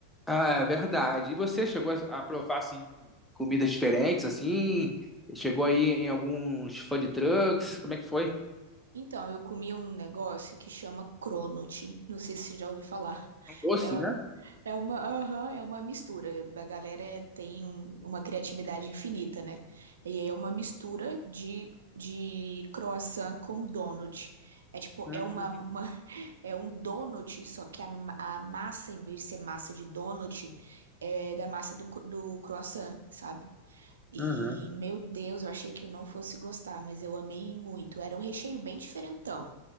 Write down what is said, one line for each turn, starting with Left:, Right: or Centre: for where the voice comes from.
Centre: Ah, é verdade. E você chegou a a provar assim comidas diferentes assim? Chegou aí em alguns food trucks? Como é que foi?
Right: Então, eu comi um negócio que chama Cronut. Não sei se você já ouviu falar.
Centre: Um doce,
Right: É,
Centre: né?
Right: é uma, aham, é uma mistura. A galera tem um- uma criatividade infinita, né? E aí é uma mistura de, de croissant com donut. É tipo,
Centre: Hum,
Right: é uma, uma- <laughs> é um donut, só que a, ma- a massa, em vez de ser massa de donut, é da massa do, cro- do croissant, sabe? E,
Centre: uhum.
Right: meu Deus, eu achei que eu não fosse gostar, mas eu amei muito. Era um recheio bem diferentão.